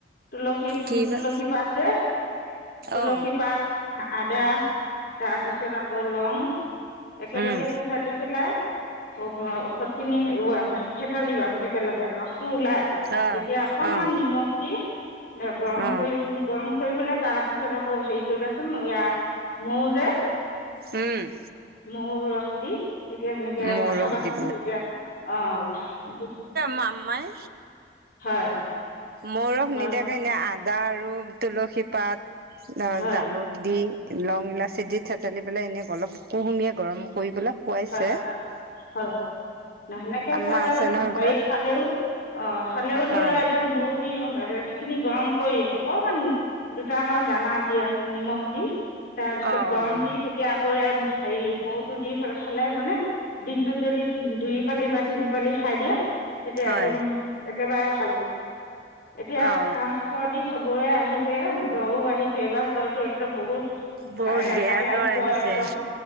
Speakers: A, on the left; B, on the right.
A: তুলসী উম,
B: কি বা
A: তুলসী পাত যে তুলসী
B: অ
A: পাত। আদা তাৰপিছত আকৌ লং একেলগে
B: উম
A: ঠেথালি পেলাই। অ', ঔষধখিনি ঠেথালিবা একেলগে আৰু। ৰসটো ওলাই
B: অ
A: এতিয়া অকণমান
B: অ
A: নিমখ দি গৰম
B: অ
A: কৰি গৰম কৰি পেলাই, তাৰ পিছত আকৌ হেৰি কৰিবাচোন এয়া মৌ যে।
B: উম।
A: মৌ ৰস দি তেতিয়া সেনেকে
B: মৌৰস
A: খাবাচোন,
B: দি
A: তেতিয়া অ'
B: মামাই
A: হয়।
B: মৌ ৰস
A: হয়
B: নিদিয়াকে এনে আদা আৰু তুলসী পাত
A: হয়
B: জালুক দি লং ইলাচি দি থেচালি পেলাই এনে অলপ কুহুমীয়া গৰম কৰি পেলাই খোৱাইছে,
A: হয় হয় না সেনেকে
B: আমাৰ
A: খোৱা
B: আছে নহয়
A: হেৰি
B: ঘৰত।
A: খালেও অ', খালেও ধৰি
B: অ
A: লও এতিয়া মৌ দি সেইখিনি গৰম কৰি অকমান দুটামান দানা নিমখ দি তাৰপিছত
B: অ
A: গৰম
B: অ অ
A: দি তেতিয়া আকৌ হেৰি মৌতো দি খালে মানে, দিনটোত যদি দুই পালি বা তিনি পালি খাই দিয়া। তেতিয়া
B: হয়
A: একদম একেবাৰে ভাল হ'ব, এতিয়া
B: অ
A: কাহ চৰ্দি চবৰে আহিছে, জ্বৰো আহিছে এইবাৰ জ্বৰটো একদম বহুত
B: বহুত
A: ভাই-ভাইৰাছ
B: বেয়া জ্বৰ আহিছে
A: হয়, একদম